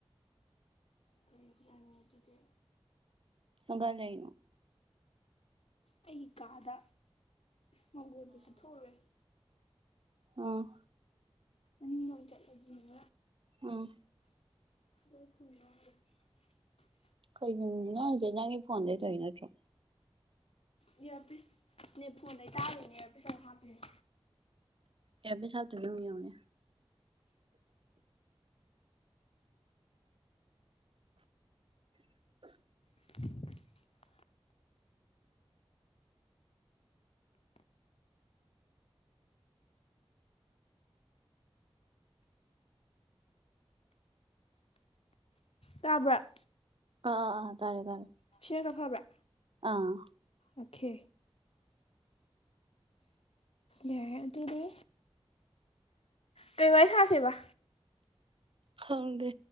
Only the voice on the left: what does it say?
ꯐꯒꯤ ꯑꯅꯤ ꯑꯗꯨꯗꯤ
ꯑꯩꯒꯤ ꯀꯥꯗ ꯃꯒꯣ ꯑꯗꯨꯁꯨ ꯊꯣꯔꯦ
ꯑ ꯌ ꯆ ꯂꯩꯅꯨꯡ
ꯃꯗ
ꯏꯌꯥꯔꯄꯤꯤꯁ ꯅ ꯐꯣꯟ ꯂꯩꯇꯥꯥꯕꯅꯦ ꯏꯌꯥꯔꯄꯤꯁ ꯂ ꯍꯥꯞꯄꯅꯦ
<inaudible> ꯇꯥꯕ꯭ꯔ
ꯆꯔ ꯐꯕ꯭ꯔꯥ
ꯑꯈꯦ ꯌꯥꯔꯦ ꯑꯗꯨꯗꯤ ꯀꯩ ꯋꯥ ꯁꯥꯁꯦꯕ